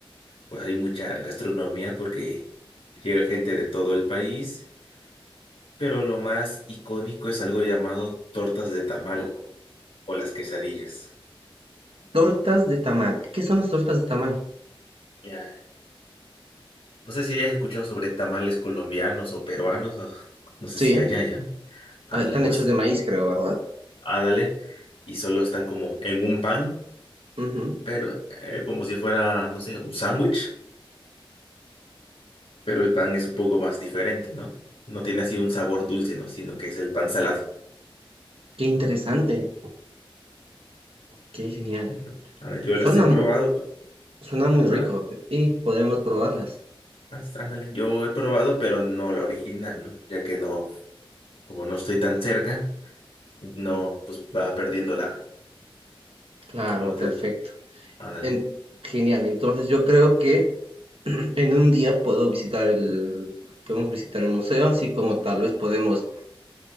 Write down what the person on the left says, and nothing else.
pues hay mucha gastronomía porque llega gente de todo el país, pero lo más icónico es algo llamado tortas de tamal o las quesadillas.
Ya, No sé si hayas escuchado sobre tamales colombianos o peruanos, o no sé
si haya ya. Ándale,
pues
ándale, y solo están como en un pan,
pero eh, como si fuera, no sé, un sándwich, pero el pan es un poco más diferente, ¿no? No tiene así un sabor dulce, ¿no? Sino que es el pan salado.
Ujú. Ándale, yo
las he probado,
pero-
ándale,
ándale, ándale, yo he probado, pero no la original, ¿no? Ya que no, como no estoy tan cerca, no, pues va perdiendo la,
como te,
ándale.